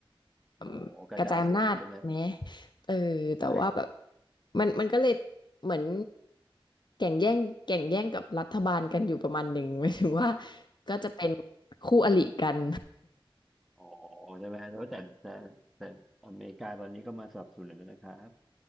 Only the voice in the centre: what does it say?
อ๋อกระจายศูนย์ใช่ไหม
ได่
อ๋อใช่ไหมแล้วแต่แต่แต่อเมริกาตอนนี้ก็มาสนับสนุนแล้วนะครับ